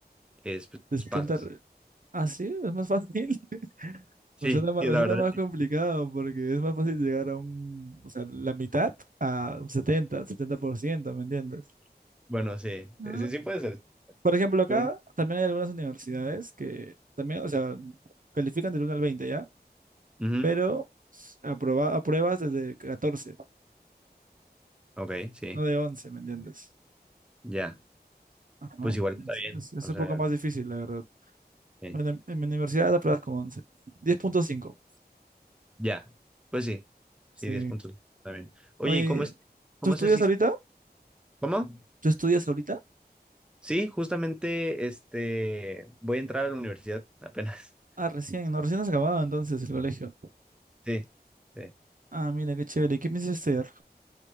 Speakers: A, in the centre; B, on the right.
A: es, pues,
B: de setenta
A: pasas.
B: Ah, sí, es más fácil. <laughs>
A: Sí,
B: Me suena más,
A: sí,
B: me
A: la
B: suena
A: verdad.
B: más
A: sí.
B: complicado porque es más fácil llegar a un, o sea, la mitad a un setenta, setenta por ciento, ¿me entiendes?
A: Bueno, sí,
B: Ah,
A: sí, sí sí puede ser,
B: Por ejemplo, acá
A: pero no.
B: también hay algunas universidades que también, o sea, califican del uno al veinte ¿ya?
A: Ujú,
B: Pero s- aprueba, apruebas desde 14,
A: Ok, sí,
B: no de 11, ¿me entiendes?
A: ya.
B: Ajá.
A: Pues igual está
B: Es,
A: bien,
B: es- es
A: o
B: un
A: sea,
B: poco más difícil, la verdad.
A: sí.
B: Bueno, en, en mi universidad apruebas con once, diez punto cinco.
A: Ya, pues sí, sí,
B: Sí.
A: 10 puntos. Está bien. Oye,
B: Oye,
A: ¿y cómo es, cómo
B: ¿tú estudias
A: es el sis-
B: ahorita?
A: ¿Cómo?
B: ¿Tú estudias ahorita?
A: Sí, justamente, este, voy a entrar a la universidad apenas. <laughs>
B: Ah, recién, no, recién has acabado entonces el colegio.
A: Sí, sí.
B: Ah, mira, qué chévere. ¿Y ¿Qué piensas hacer?